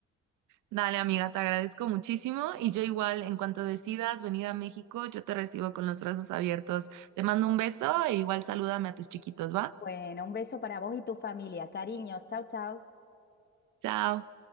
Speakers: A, on the right; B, on the left.
A: Dale, amiga, te agradezco muchísimo y yo igual, en cuanto decidas venir a México, yo te recibo con los brazos abiertos. Te mando un beso e igual salúdame a tus chiquitos, ¿va?
B: Bueno, un beso para vos y tu familia. Cariños. Chau, chau.
A: Chao.